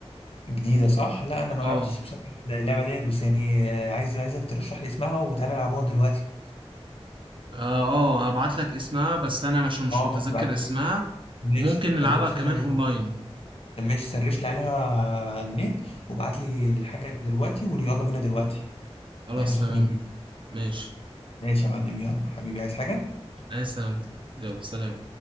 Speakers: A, on the left; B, on the right.
A: جديدة صح؟ لا أنا ما
B: اه
A: لعبتش بصراحة اللعبة ديت بس يعني آه، عايز عايزك ترشح لي اسمها وتعالى نلعبوها دلوقتي
B: اه اه هبعت لك اسمها بس انا مش مش
A: اه
B: متذكر
A: ابعتها
B: اسمها
A: لي ماشي
B: وممكن نلعبها
A: طب بص
B: كمان
A: آه،
B: اونلاين
A: طب ماشي سرش لي عليها على النت وابعت لي الحاجة دلوقتي ويلا بينا دلوقتي
B: خلاص
A: واحنا سخنين
B: تمام ماشي
A: ماشي يا معلم يلا حبيبي عايز حاجة؟
B: انا سلامتك يلا سلام